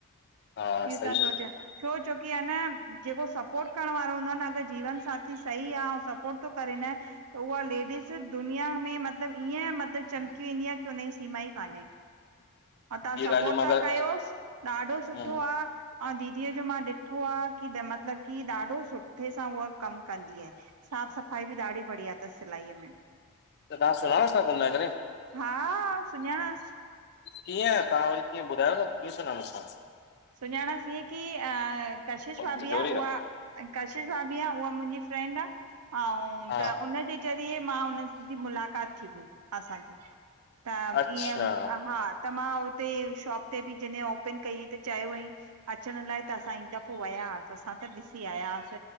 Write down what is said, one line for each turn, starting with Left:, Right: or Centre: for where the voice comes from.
Left: हा
Right: इह
Left: सही
Right: त
Left: था
Right: सोचियो
Left: चओ तव्हां
Right: छो? छोकी अ न जेको सपोट करण वारो हूंदो आ न अगर जीवन साथी सही आ सपोट थो करे न त उहा लेडीस दुनिया में मतलबु ईअं मतिलबु ईंअ मतलब चमकी वेंदी आहे की हुन जी सीमा ई कान्हे।
Left: <inaudible>
Right: अह तव्हां
Left: इहे
Right: सपोर्ट
Left: ॻाल्हियूं मां
Right: था
Left: अगरि
Right: कयोसि ॾाढो
Left: हम्म
Right: सुठो आ। अ दीदीअ जो मां ॾिठो आ की मतलबु की ॾाढो सुठे सां उहा कमु कंदी आहे। साफ़ सफ़ाई बि ॾाढी बढ़िया तस सिलाईअ में।
Left: त तव्हां सुञाणो था? कुल मिलाए करे।
Right: हा सुञाणांसि।
Left: कीअं? तव्हां वरी कीअं ॿुधायो न? कीअं सुञाणोस ता?
Right: सुञाणासि इअं की अ कशिश
Left: तव्हां
Right: भाभी
Left: जोरी
Right: आ
Left: ॻाल्हि
Right: उहा कशिश भाभी आ उहा मुंजी फ्रेंड आ अउं
Left: हा
Right: त उनजे ज़रिए मां उन जी मुलाक़ात थी हुई असांजी त
Left: अच्छा
Right: ईअं हा त मां हुते शॉप ते बि जॾे ओपन कई त चयो वईं अचण लाइ त असां हिक दफ़ो वयास असां त ॾिसी आयास